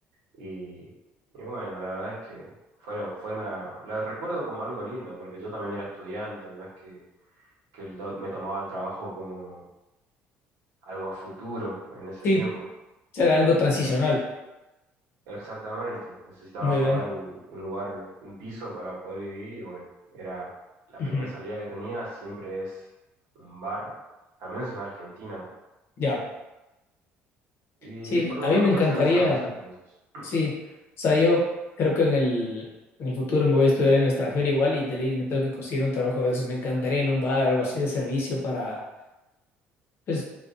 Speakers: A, on the right; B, on the left.
A: Y, y bueno, la verdad es que fue, fue una, la recuerdo como algo lindo, porque yo también era estudiante, no es que, que el do- me tomaba el trabajo como algo a futuro en ese
B: Sí,
A: tiempo.
B: será algo transicional.
A: Y la, Exactamente, necesitaba
B: Muy bien.
A: pagar un, un lugar, un piso para poder vivir y bueno, era la
B: Ujú,
A: primera salida que tenía, siempre es un bar, al menos en Argentina.
B: Ya,
A: Y
B: sí,
A: por el
B: a
A: momento
B: mí me encantaría,
A: son esas mis experiencias.
B: sí, o sea, yo creo que en el, en el futuro me voy a estudiar en el extranjero igual y de ley me tengo que conseguir un trabajo de esos, me encantaría en un bar, algo así de servicio para, pues,